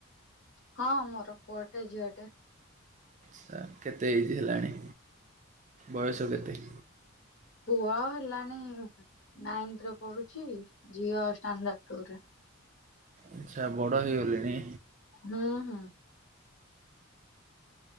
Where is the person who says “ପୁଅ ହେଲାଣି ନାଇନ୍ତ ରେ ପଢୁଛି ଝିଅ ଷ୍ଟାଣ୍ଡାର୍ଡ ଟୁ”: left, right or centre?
Left